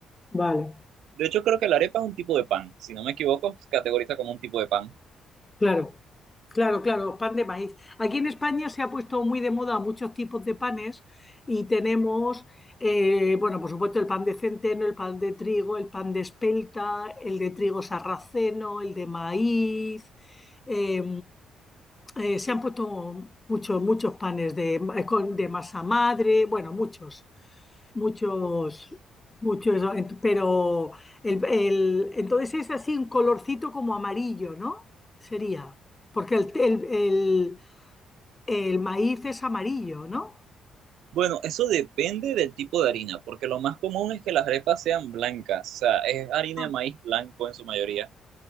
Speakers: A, on the left; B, on the right.
A: Vale,
B: De hecho, creo que la arepa es un tipo de pan, si no me equivoco, se categoriza como un tipo de pan.
A: claro. Claro, claro, pan de maíz. Aquí en España se ha puesto muy de moda muchos tipos de panes y tenemos, eh, bueno, por supuesto el pan de centeno, el pan de trigo, el pan de espelta, el de trigo sarraceno, el de maíz. eh, eh, se han puesto muchos, muchos panes de, ma- con- de masa madre, bueno, muchos. Muchos, muchos, ent- pero el, el- entonces es así un colorcito como amarillo, ¿no? Sería, porque el, el- el- el maíz es amarillo, ¿no?
B: Bueno, eso depende del tipo de harina, porque lo más común es que las arepas sean blancas, o sea, es harina
A: Ah,
B: de maíz blanco en su mayoría,